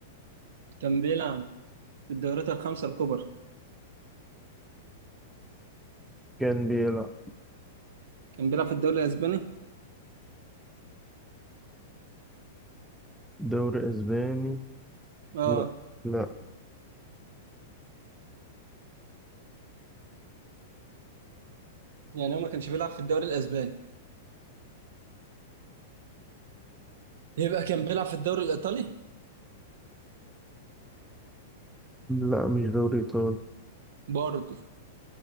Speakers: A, on the right (about 70°); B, in the centre.
A: كان بيلعب في الدوريات الخمسة الكبرى
B: كان بيلعب
A: كان بيلعب في الدوري الاسباني
B: دوري أسباني
A: اه
B: لا لا
A: يعني هو ما كانش بيلعب في الدوري الاسباني يبقى كان بيلعب في الدوري الايطالي
B: لا مش دوري إيطالي
A: برضه